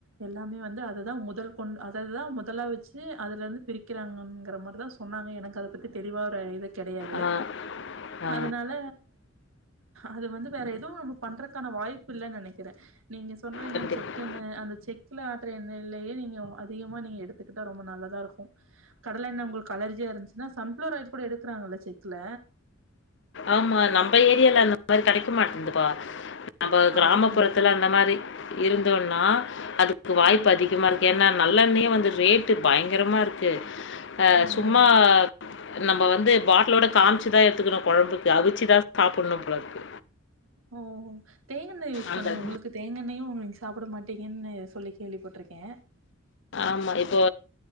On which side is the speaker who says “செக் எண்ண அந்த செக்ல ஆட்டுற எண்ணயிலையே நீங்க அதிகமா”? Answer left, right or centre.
Right